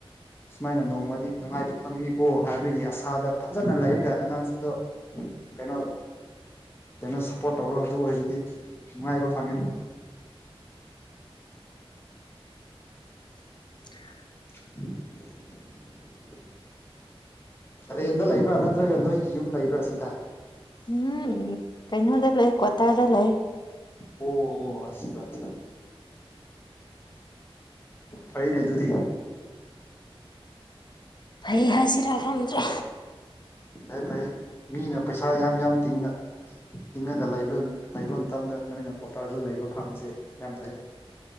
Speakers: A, on the left; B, on the left.
A: ꯁꯨꯃꯥꯏꯅ ꯅꯣꯡꯃꯗꯤ ꯅꯨꯡꯉꯥꯏꯕ ꯐꯪꯅꯤꯀꯣ ꯍꯥꯏꯕꯒꯤ ꯑꯁꯥꯗ ꯐꯖꯅ ꯂꯩꯔꯤꯒ ꯑꯉꯥꯡꯁꯤꯡꯗꯣ ꯀꯩꯅꯣ ꯀꯩꯅꯣ ꯁꯞꯄꯣꯔꯠ ꯇꯧꯔꯣ ꯑꯗꯨ ꯑꯣꯏꯔꯗꯤ ꯅꯨꯡꯉꯥꯏꯕ ꯐꯪꯒꯅꯤ
B: <inaudible>
A: <inaudible> ꯔꯦꯟꯗ ꯂꯩꯕ꯭ꯔꯥ ꯅꯠꯇ꯭ꯔꯒ ꯅꯣꯏꯒꯤ ꯌꯨꯝ ꯂꯩꯕ꯭ꯔꯥ ꯁꯤꯗ
B: ꯎꯝ ꯀꯩꯅꯣꯗ ꯂꯩ ꯀ꯭ꯋꯥꯇꯔꯗ ꯂꯩ
A: ꯑꯣ ꯑꯣ ꯑꯆꯥ ꯆꯥ ꯐꯩꯅꯦ ꯑꯗꯨꯗꯤ
B: ꯐꯩ ꯍꯥꯏꯁꯤꯔꯥ ꯈꯪꯗ꯭ꯔꯦ
A: ꯐꯩ ꯐꯩ ꯃꯤꯅ ꯄꯩꯁꯥ ꯌꯥꯝ ꯌꯥꯝ ꯇꯤꯡꯅ ꯇꯤꯡꯉꯒ ꯂꯩꯕ ꯂꯩꯕ ꯃꯇꯝꯗ ꯅꯣꯏꯅ ꯀ꯭ꯋꯥꯇꯥꯔꯗ ꯂꯩꯕ ꯐꯪꯕꯁꯦ ꯌꯥꯝ ꯐꯩ